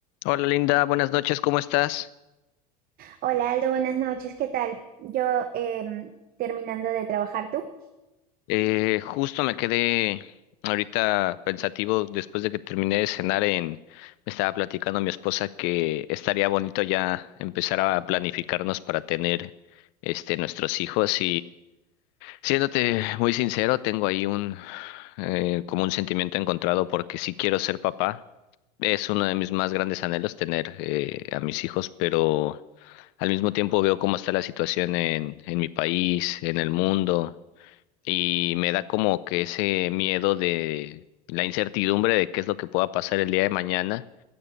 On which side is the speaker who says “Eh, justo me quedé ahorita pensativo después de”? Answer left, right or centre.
Left